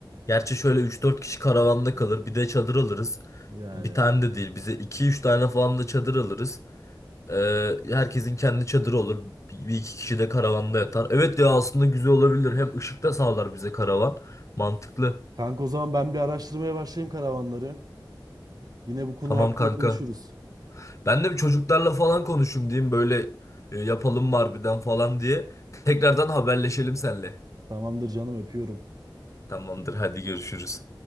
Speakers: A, on the left; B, on the right.
A: Gerçi şöyle üç dört kişi karavanda kalır. Bir de çadır alırız.
B: Yani.
A: Bir tane de değil. Bize iki üç tane falan da çadır alırız. Ee, herkesin kendi çadırı olur. Bir bir iki kişi de karavanda yatar. Evet ya aslında güzel olabilir. Hem ışık da sağlar bize karavan. Mantıklı.
B: Kanka o zaman ben bir araştırmaya başlayayım karavanları. Yine bu konu
A: Tamam
B: hakkında
A: kanka.
B: konuşuruz.
A: Ben de bir çocuklarla falan konuşayım diyeyim. Böyle e, yapalım mı harbiden falan diye. Tekrardan haberleşelim seninle.
B: Tamamdır canım öpüyorum.
A: Tamamdır hadi görüşürüz.